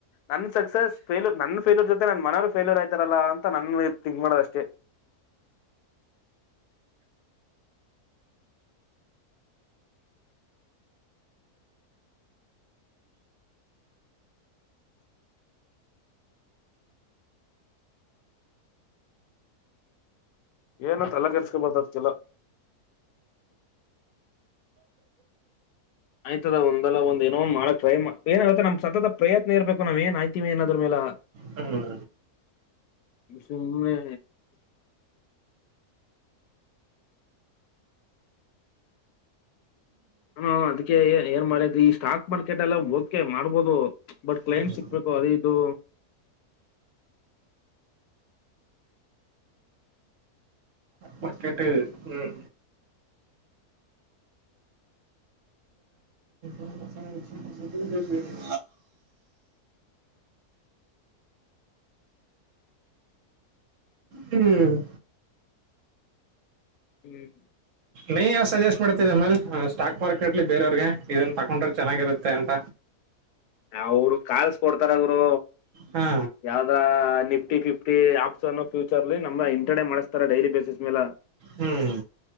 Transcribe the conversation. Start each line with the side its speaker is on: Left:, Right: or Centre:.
Left: ನನ್ ಸಕ್ಸಸ್ ಫೇಲ್ರ್ ನನ್ ಫೇಯೂರ್ ಜೊತೆ ನನ್ ಮನೆಯವ್ರು ಫೇಲ್ಯೂರ್ ಆಯ್ತಾರಲ್ಲ ಅಂತ ನನ್ನ ಥಿಂಕ್ ಮಾಡೋದ ಅಷ್ಟೇ. ಏನು ತಲೆ ಕೆರ್ಸ್ಕೊಬತದ ಕೆಲ. ಆಯ್ತದ ಒಂದಲ್ಲ ಒಂದ್ ಏನೊಂದ್ ಮಾಡಕ ಟ್ರೈ ಏನಾಗತ್ತ ನಮ್ ಸತತ ಪ್ರಯತ್ನ ಇರ್ಬೇಕು ನಾವ್ ಏನಆಯ್ತಿವಿ ಏದ್ರ ಮೇಲೆ
Right: ಹ್ಮ್
Left: ಸುನೆ. ಹ ಅದಕ್ಕೆ ಏನ್ ಮಾಡ ಈ ಸ್ಟಾಕ್ ಮಾರ್ಕೆಟ್ ಎಲ್ಲ ಓಕೆ ಮಾಡ್ಬೋದು ಬಟ್ ಕ್ಲೈಂಟ್
Right: ಹ್ಮ್
Left: ಸಿಕ್ಬೇಕು ಅದೇ ಇದು.
Right: ಬತಟ್ಟ ಹ್ಮ್. ಹ್ಮ್ಮ್. ಹ್ಮ್ಮ್. ಹ್ಮ್.
Left: ಹ್ಮ್
Right: ನೀ ಯಾವ ಸಜೆಸ್ಟ್ ಮಾಡ್ತಮ್ಮ ಸ್ಟಾಕ್ ಮಾರ್ಕೆಟ್ಲಿ ಬೇರೆಯವ್ರಿಗೆ ಇದನ್ ತಕೊಂಡ್ರ ಚೆನ್ನಾಗಿರುತ್ತೆ ಅಂತ.
Left: ಅವರು ಕಲ್ಸ್ ಕೊಡ್ತಾರ ಅವರು.
Right: ಹಾ
Left: ಯಾವ್ದ. Nifty fifty app future inter ಮಾಡತಾರೆ ಡೈಲಿ ಬೇಸಿಸ ಮೇಲೆ
Right: ಹ್ಮ್